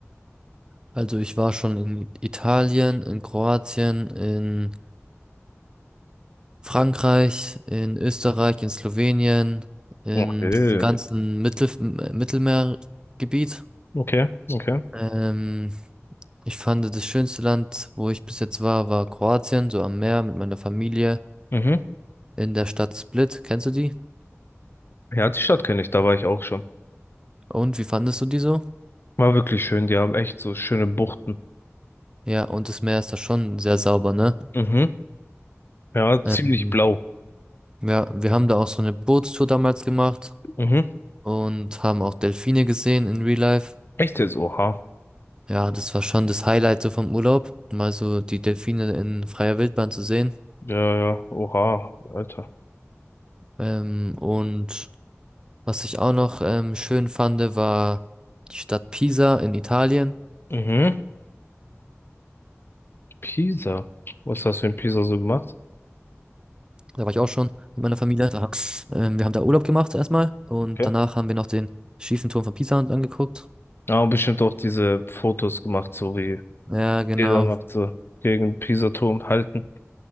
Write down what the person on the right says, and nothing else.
also ich war schon in Italien, in Kroatien, in Frankreich, in Österreich, in Slowenien, in
diesem ganzen Mittel Mittelmeergebiet.
Ähm, ich fand das schönste Land, wo ich bis jetzt war, war Kroatien, so am Meer mit meiner Familie
in der Stadt Split. Kennst du die?
Und wie fandest du die so?
Ja, und das Meer ist da schon sehr sauber, ne?
Ähm,
ja, wir haben da auch so eine Bootstour damals gemacht
und haben auch Delfine gesehen in Real Life.
Ja, das war schon das Highlight so vom Urlaub, mal so die Delfine in freier Wildbahn zu sehen.
Ähm, und was ich auch noch ähm, schön fand, war die Stadt Pisa in Italien.
Da war ich auch schon mit meiner Familie. Da, ähm, wir haben da Urlaub gemacht erstmal und
danach haben wir noch den schiefen Turm von Pisa angeguckt.
Ja, genau.